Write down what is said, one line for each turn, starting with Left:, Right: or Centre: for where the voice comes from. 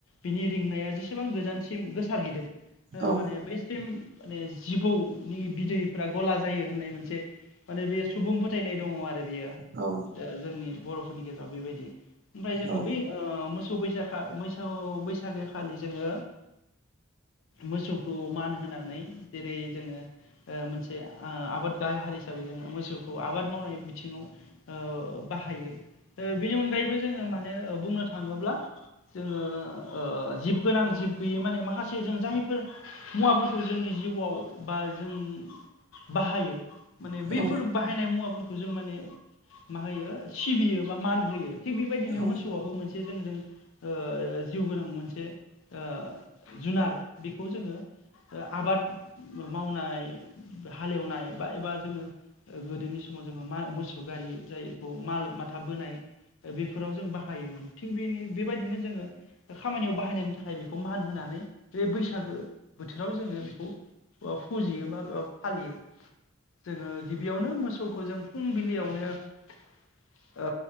Left: बिनि रिंनाया जेसेबां गोजानसिम गोसारहैदों ओ
Right: औ
Left: माने बैसिम माने जिबौनि बिदैफ्रा गला जायो होननाय मोनसे माने बे सुबुं फोथायनाय दङ' आरो बेयो
Right: औ
Left: जोंनि बर'फोरनि गेजेराव बेबायदि। ओमफाय जोंङो
Right: औ
Left: बै ओ मो- सौ बैसाखा मोसौ बैसागो खालि जोंङो मोसौखौ मान होनानै जेरै जोङो ओ मोनसे ओ आबाद गाहाय हारि हिसाबै जोंङो मोसौखौ आबाद मावनाय बिथिंङाव ओ बाहायो, ओ बेनि अनगायैबो जोंङो मानोे ओ बुंनो थाङोब्ला जोंङो ओ जिब गोनां जिब गैयै माने माखासे जों जायफोर मुवाफोरखौ जोंनि जिउआव बा जों बाहायो माने बैफोर
Right: औ
Left: बाहायनाय मुवाफोरखौ जों माने मा होयो सिबियो बा मान होयो। थिग बेबायदिनो
Right: औ
Left: मोसौआबो
Right: औ
Left: मोन- से जोंजों ओ जिउ गोनां मोनसे ओ जुनार बेखौ जोंङो ओ आबाद मावनाय हालेवनाय बा एबा जोंङो गोदोनि स- समाव जोंङो मा मोसौ गारि जायखौ माल माथा बोनाय बेफोराव जों बाहायोमोन। थिग बेनि बेबायदिनो जोंङो खामानियाव बाहायनायनि थाखाय बेखौ मान होनानै बैसागो बोथोराव जोंङो बेखौ फुजियो बा ओ फालियो। जोङो गिबियावनो मोसौखौ जों फुंबिलियावनो ओ